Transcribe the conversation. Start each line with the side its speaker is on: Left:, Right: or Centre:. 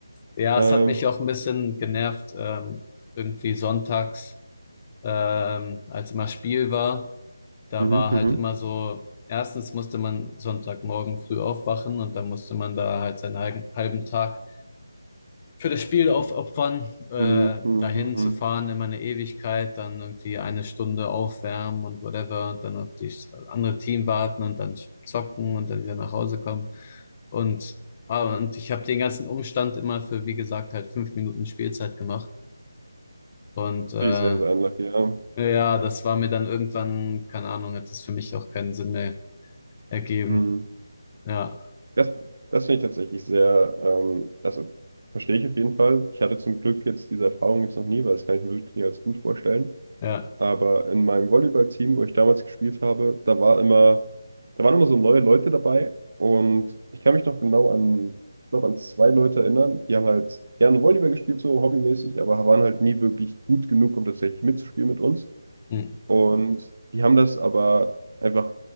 Left: Ja,
Right: Ähm,
Left: es hat mich auch ein bisschen genervt, ähm, irgendwie sonntags, ähm, als immer Spiel war. Da
Right: Mhm,
Left: war halt
Right: mhm.
Left: immer so, erstens musste man Sonntagmorgen früh aufwachen und dann musste man da halt seinen halben halben Tag für das Spiel aufopfern, äh,
Right: Mhm, mhm,
Left: dahin
Right: mhm.
Left: zu fahren, immer eine Ewigkeit, dann irgendwie eine Stunde aufwärmen und whatever, und dann auf das andere Team warten und dann zocken und dann wieder nach Hause kommen. Und, ah, und ich habe den ganzen Umstand immer für, wie gesagt, halt fünf Minuten Spielzeit gemacht. Und äh,
Right: natürlich sehr, sehr unlucky, ja.
Left: ja, das war mir dann irgendwann, keine Ahnung, hat es für mich auch keinen Sinn mehr ergeben.
Right: Mhm.
Left: Ja,
Right: Das, das finde ich tatsächlich sehr, ähm, also verstehe ich auf jeden Fall. Ich hatte zum Glück jetzt diese Erfahrung jetzt noch nie, weil das kann ich mir wirklich nie als gut vorstellen.
Left: ja,
Right: Aber in meinem Volleyballteam, wo ich damals gespielt habe, da war immer, da waren immer so neue Leute dabei und ich kann mich noch genau an, ich glaube an zwei Leute erinnern, die haben halt gerne Volleyball gespielt, so hobbymäßig, aber waren halt nie wirklich gut genug, um tatsächlich mitzuspielen mit uns.
Left: mm,
Right: Und die haben das aber einfach